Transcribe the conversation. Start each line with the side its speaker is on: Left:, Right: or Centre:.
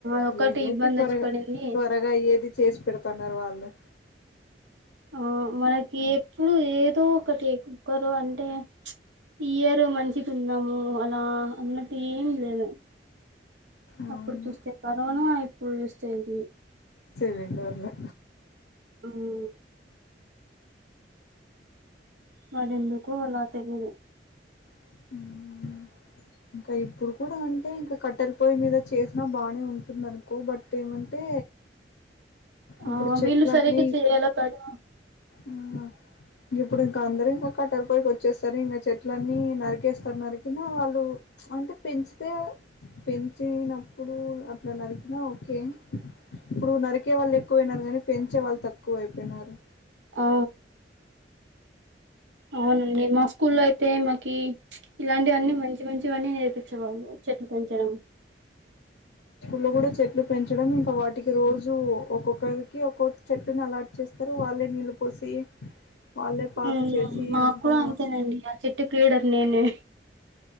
Right: అదొక్కటి
Left: ఏదోటి
Right: ఇబ్బంది
Left: త్వరగా
Right: వచ్చి పడింది
Left: త్వరగా ఏది చేసి పెడుతున్నారు వాళ్ళు
Right: ఓ మనకి ఎప్పుడు ఏదో ఒకటి ఒక్కరు అంటే ఇయర్ మంచి ఉన్నాము అలా అన్నట్టు ఏం లేదు
Left: అవును
Right: అప్పుడు చూస్తే కరోనా ఇ ఇప్పుడు చూస్తే ఇది
Left: సిలిండర్లు
Right: ఉహూ మరి ఎందుకో అలా తెలియదు
Left: ఉ ఇంకా ఇప్పుడు కూడా అంటే ఇంకా కట్టెల పొయ మీద చేసినా బానే ఉంటుంది అనుకో బట్ ఏమంటే ఇప్పుడు
Right: ఆ
Left: చెట్లన్నీ
Right: వీళ్ళు సరిగా చేయాల కదా
Left: ఆ ఇంక ఇప్పుడు ఇంకా అందరుూ ఇంకా కట్టెల పోయికి వచ్చేస్తారు ఇంకా చెట్లన్నీ నరికేస్తారు నరికినా వాళ్ళు అంటే పెంచితే పెంచినప్పుడు అట్లా నరికినా ఓకే ఇప్పుడు నరికే వాళ్ళు ఎక్కువయినారు కానీ పెంచే వాళ్ళు తక్కువ అయిపోయినారు
Right: ఆ అవునండి మా స్కూల్ లో అయితే మాకి ఇలాంటివన్నీ మ మంచి మంచివన్నీ నేర్పించే వాళ్ళు చెట్లు పెంచడం
Left: లో కూడా చెట్లు పెంచడం ఇంకా వాటికి రోజు ఒక్కొక్కరికి ఒక్కొక్క చెట్టుని అలా ఇచ్చి చేస్తారు వాళ్ళే నీళ్ళు పోసి వాళ్ళే పాతు
Right: హు
Left: చేసి
Right: మాకు
Left: అంతా
Right: కూడా అంతేనండి ఆ చెట్టు క్రీడర్ నేనే